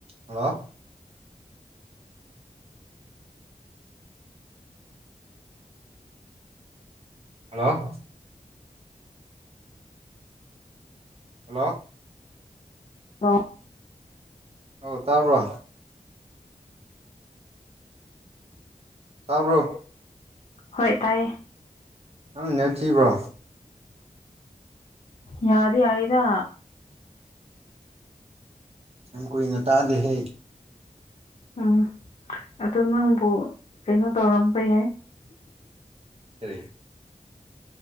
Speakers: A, on the right (about 45°); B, on the left (about 50°).
A: hello hello hello
B: ꯑ
A: ꯑꯣ ꯇꯥꯕ꯭ꯔꯣ ꯇꯥꯕ꯭ꯔꯣ
B: ꯍꯣꯏ ꯇꯥꯏ
A: ꯅꯪꯅ ꯊꯤꯈꯤꯕ꯭ꯔꯣ
B: ꯌꯥꯗ ꯌꯥꯏꯗ
A: ꯍ ꯀꯣꯏ ꯏꯅꯇꯥꯗꯍ
B: ꯎꯝ ꯑ ꯅꯪꯕꯨ ꯀꯩꯅꯣ ꯇꯧꯔꯝꯕ ꯌꯥꯏ
A: ꯑꯦꯔꯤ